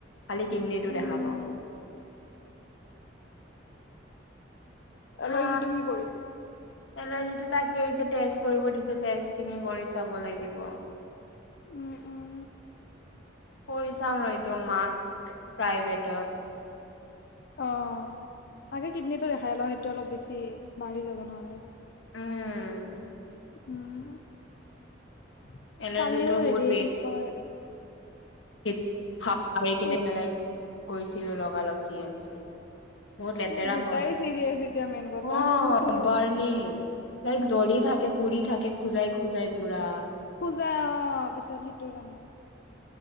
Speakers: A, on the left; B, on the left.
A: খালি কিডনীৰটো
B: উম
A: দেখাব।
B: এলই
A: হা
B: যিটো কি কৰিবি?
A: এলাৰ্জিটো তাকেই যে টেষ্ট কৰিব দিছে। টেষ্টখিনি কৰি চাব লাগিব।
B: উম উম
A: কৰি চাম ৰ' তোমাক প্ৰাইভেটত
B: অহ, আগে কিডনীটো ৰেহাই ল সেইটো অলপ বেছি বাঢ়ি যাব নহ'লে।
A: উম
B: উম, <inaudible>
A: এলাৰ্জিটো
B: কালিও হেৰি
A: বহুত
B: কি কয়
A: <unintelligible> মাৰি কিনে
B: সেই
A: পেলাই গৈছিলো লগালগ জি এম চি। বহুত লেতেৰা
B: এই দুটাই
A: হয়
B: চিৰিয়াছ এতিয়া মেইন কথা
A: অহ
B: তোৰ
A: বাৰ নি? লাইক জ্বলি থাকে পুৰি থাকে খোজাই- খোজাই পুৰা।।
B: খোজাই অ' পিছত সেইটোৰ কাৰণে